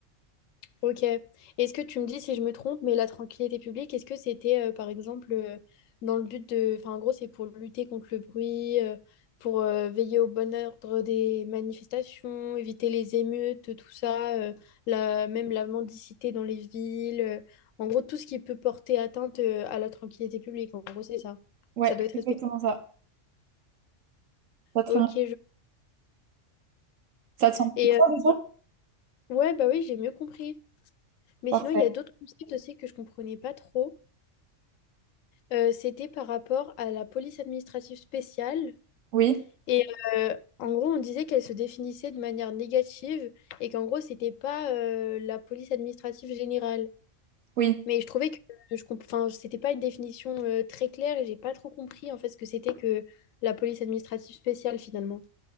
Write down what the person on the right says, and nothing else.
Ouais,
c'est
exactement ça. Ça te,
ça te semble
clair,
déjà?
Parfait.
Oui,
oui.